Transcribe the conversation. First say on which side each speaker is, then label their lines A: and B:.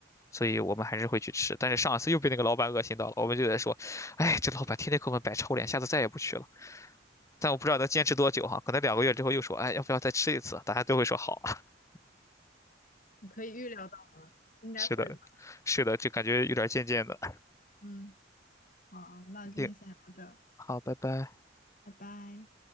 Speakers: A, on the left; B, on the left.
A: 所以我们还是会去吃。但是上一次又被那个老板恶心到了，我们就在说，哎，这老板天天给我们摆臭脸，下次再也不去了。但我不知道能坚持多久哈，可能两个月之后又说，哎，要不要再吃一次？大家都会说好啊。<laughs>
B: 你可以预料到了，应该会吧？
A: 是的，是的，就感觉有点渐渐的。
B: 嗯。好，那今天先聊到这儿，
A: 行，好，拜拜。
B: 拜拜。